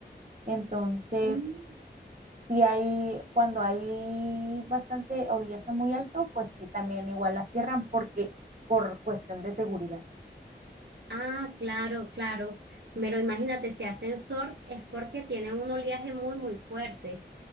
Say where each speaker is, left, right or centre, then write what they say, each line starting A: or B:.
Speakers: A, on the right; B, on the right.
A: Entonces,
B: Mm.
A: si hay, cuando hay bastante oleaje muy alto, pues sí, también igual la cierran porque por cuestión de seguridad.
B: Ah, claro, claro. Pero imagínate, si ascensor es porque tiene un oleaje muy, muy fuerte.